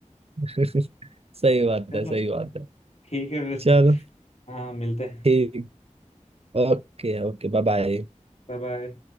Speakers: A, on the right (about 50°); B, on the left (about 60°).
A: <laughs> सही बात
B: चलो
A: है सही बात है
B: ठीक है फिर
A: चलो
B: हाँ मिलते हैं
A: ठीक Okay okay bye bye
B: Bye bye